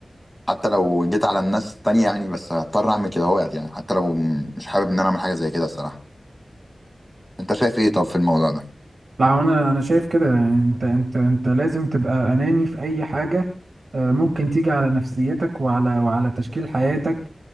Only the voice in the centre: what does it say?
حتى لو جيت على الناس التانية يعني بس هضطر اعمل كده هو يعني حتى لو م- مش حابب ان انا اعمل حاجه زي كده الصراحه انت شايف ايه طب في الموضوع ده